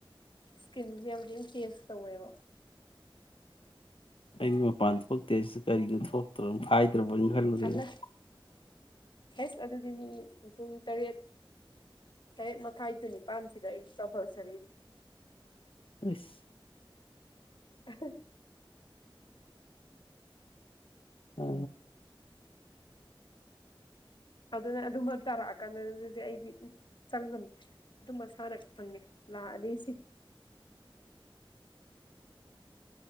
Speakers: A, on the left (about 60°); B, on the left (about 75°).
A: ꯏꯁꯀꯤꯟꯁꯦ ꯌꯥꯝ ꯆꯦꯟꯖ ꯇꯧꯋꯦꯕ
B: ꯑꯩꯩꯗꯤ ꯃꯄꯥꯟ ꯊꯣꯛꯇꯦ ꯑꯩꯁꯨ ꯀꯔꯤꯅꯣ ꯊꯣꯛꯇ꯭ꯔꯣꯅꯣ ꯑꯥꯏꯇ꯭ꯔꯕꯣ ꯀꯩꯝ ꯈꯟꯂꯨꯅꯨꯁꯦ
A: ꯑꯅ ꯑꯦꯁ ꯑꯗꯨꯗꯤ ꯃꯤ ꯄꯨꯡ ꯇꯔꯦꯠ ꯇꯥꯔꯦꯠ ꯃꯥꯈꯥꯏ ꯇꯨ ꯅꯤꯄꯥꯟꯁꯤꯗꯥ ꯑꯩ ꯀꯄꯜꯁꯥꯔꯤꯅꯤ
B: ꯑꯁ
A: <inaudible>
B: ꯑ
A: ꯑꯗꯨꯅ ꯑꯗꯨꯝꯕ ꯇꯥꯔꯑꯀꯥꯟꯗ ꯗꯨꯗꯤ ꯑꯩꯗꯤ ꯆꯪꯒꯅꯨ ꯇꯨꯝ ꯃꯁꯥꯅ ꯈꯪꯉꯦ ꯂꯥꯑꯅꯦꯁꯦ